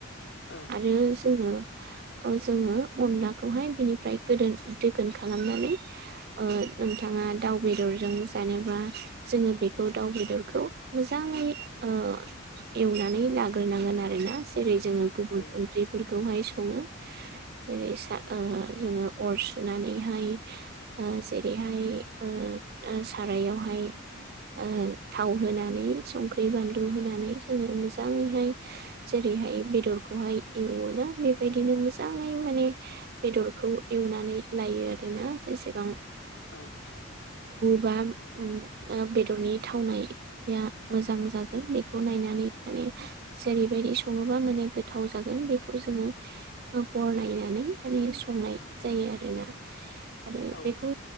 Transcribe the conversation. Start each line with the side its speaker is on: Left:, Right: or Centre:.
Left: औ
Right: आरो जो ओ- जोङो अला खौहाय बिनिफ्राय गोदोन- दोगोन खालामनानै ओ नोंथाङा दाउ बेदरजों गानोबा जोङो बेखौ दाउ बेदरखौ मोजाङै ओ एवनानै जाग्रोनांगोन आरोना जेरै जोङो गुबुर
Left: औ नोंथां
Right: ओंख्रिफोरखौहाय सङो जेरै आ जोङो अर सुनानैहाय ओ जेरैहाय ओ ओ सारायावहाय <inaudible> ओं थाव होनानै संख्रि बानलु होनानै जोङो मोजाङैहाय जेरैहाय हाय- बेदरखौहाय एवोना बेबायदिनो मोजाङै माने बेदरखौ एवनानै लायो आरोना जेसेबां
Left: औे
Right: बाम उम ओ बेदरनि थावनाया मोजां जागोन बेखौ नायनानै माने जेरै बेबायदि सङोबा माने गोथाव जागोन बेखौ जोङो बरनायनानै माने संनाय जायो आरोना आरो
Left: औ
Right: बेखौ